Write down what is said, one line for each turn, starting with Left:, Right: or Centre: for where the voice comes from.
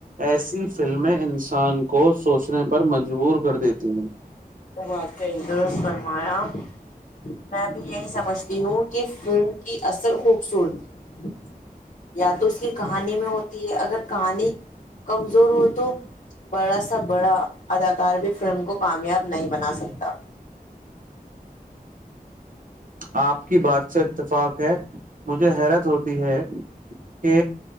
Right: ایسی فلمیں انسان کو سوچنے پر م مجبور کر دیتے ہیں
Left: وقع سرمایا میں بھی یہی سمجھتی ہوں کہ فلم کی اصل خوبصورتی یا تو اس کی کہانی میں ہوتی ہے اگر کہانی کمزور ہو تو بڑا سا بڑا اداکار بھی فلم کو کامیاب نہیں بنا سکتا
Right: آپ کی بات سے اتفاق ہے مجھے حیرت ہوتی ہے کہ